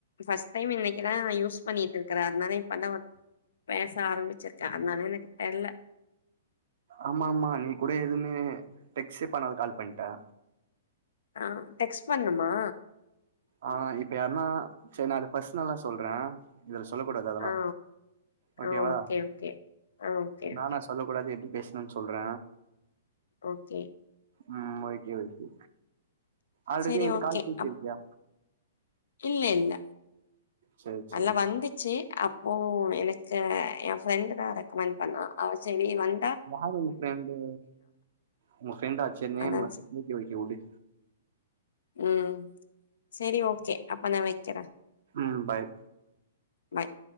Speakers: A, on the left; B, on the right.
A: ஃபஸ்ட் டைம் இன்னைக்குதா நா யூஸ் பண்ணிட்ருக்குற அதனால இப்பதா பேச ஆரம்பிச்சிருக்க அதனா எனக்கு தெர்ல
B: ஆமா ஆமா நீ கூட எதுமே டெக்ஸ்டே பண்ணாத கால் பண்ட்ட
A: அ டெக்ஸ்ட் பண்ணுமா
B: அ இப்ப யார்னா சரி நா அத பர்சனல்லா‌ சொல்ற இதுல சொல்லக்கூடாது அதெல்லா
A: ஆ
B: ஓகேவா
A: ஆ ஓகே ஓகே ஆ ஓகே
B: நானா
A: ஓகே
B: சொல்ல கூடாது எப்டி பேஸ்ணுன் சொல்ற
A: ஓகே
B: உம் ஓகே ஓகே ஆல்ரெடி
A: செரி
B: என்ட்ட
A: ஓகே
B: கால் பேசிருக்கியா
A: அப் இல்ல இல்ல
B: சரி சரி
A: அதுலா வந்துச்சி அப்போ எனக்கு எ ஃப்ரெண்டு் தா ரெக்கமெண்ட் பண்ணா அவ செரி வந்
B: யாரு உங்க ஃபிரண்டு உங்க ஃபிரண்டாச்சு நேமு
A: அதான் சரி
B: ஓகெ ஓகெ உடு
A: உம் சரி ஓகே அப்ப நா வக்கிற
B: ம் பாய்
A: பாய்